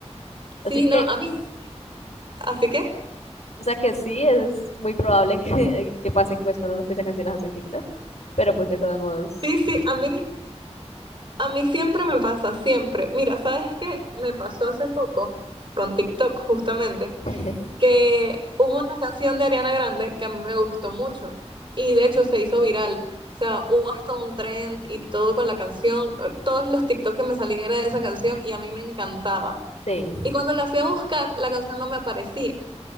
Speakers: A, on the right (about 50°); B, on the left (about 75°).
A: Sí,
B: así que...
A: no, a mí, así que,
B: O sea que sí, es muy probable <laughs> que, que pase pues cuando uno escucha canciones así en TikTok, pero pues de todos modos,
A: sí, sí, a mí. A mí siempre me pasa, siempre. Mira, ¿sabes qué? Me pasó hace poco con TikTok, justamente,
B: <laughs>
A: que hubo una canción de Ariana Grande que a mí me gustó mucho y de hecho se hizo viral. O sea, hubo hasta un trend y todo con la canción. Todos los TikTok que me salían era de esa canción y a mí me encantaba.
B: sí.
A: Y cuando la fui a buscar, la canción no me aparecía.